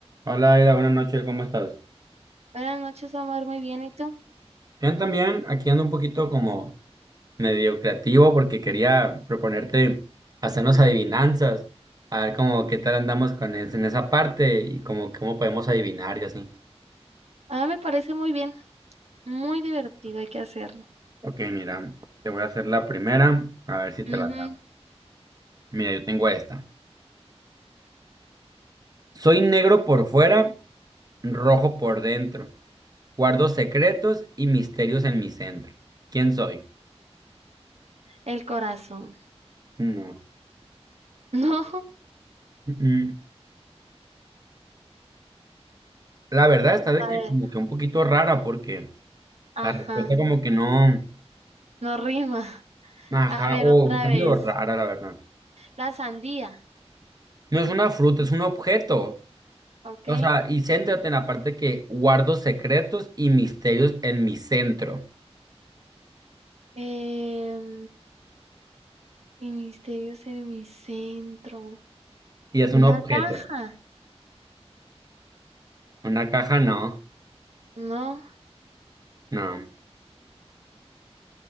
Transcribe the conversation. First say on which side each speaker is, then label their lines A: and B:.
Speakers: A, on the right; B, on the right.
A: Hola, Aira, buenas noches, ¿cómo estás?
B: Buenas noches, Omar. Muy bien. ¿Y tú?
A: Bien, también, aquí ando un poquito como medio creativo porque quería proponerte hacernos adivinanzas, a ver como qué tal andamos con es- en esa parte y como cómo podemos adivinar y así.
B: Ah, me parece muy bien. Muy divertido. Hay que hacerlo.
A: Ok, mira, te voy a hacer la primera, a ver si te
B: Ujú,
A: la da. Mira, yo tengo esta. Soy negro por fuera, rojo por dentro. Guardo secretos y misterios en mi centro. ¿Quién soy?
B: El corazón.
A: No.
B: <laughs> No.
A: Mm, mm. La verdad está de
B: A
A: que
B: ver.
A: como que un poquito rara porque...
B: Ajá.
A: La respuesta como que no,
B: No rima.
A: ajá,
B: A ver,
A: o
B: otra
A: está
B: vez.
A: medio rara, la verdad.
B: La sandía.
A: No es una fruta, es un objeto.
B: Ok.
A: O sea, y céntrate en la parte que guardo secretos y misterios en mi centro.
B: Em, y misterios en mi centro.
A: Y es un
B: Una
A: objeto.
B: caja.
A: Una caja no,
B: No.
A: no.